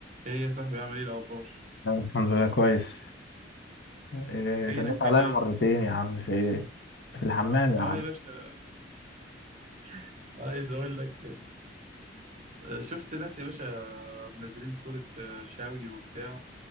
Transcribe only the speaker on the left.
أنا الحمد لله كويس إيه
رنيت
عليا مرتين
يا عم في ايه في الحمام يا
عم